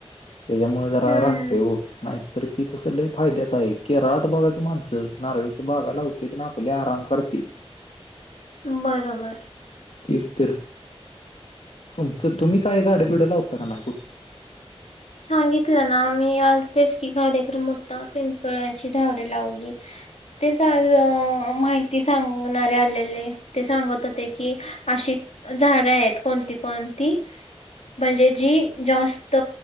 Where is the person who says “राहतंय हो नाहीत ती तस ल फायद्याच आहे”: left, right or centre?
Left